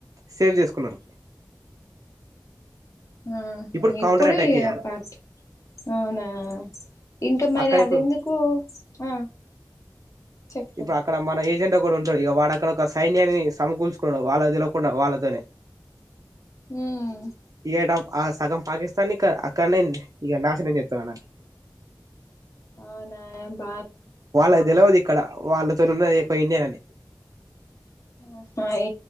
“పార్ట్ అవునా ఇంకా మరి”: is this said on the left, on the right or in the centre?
Left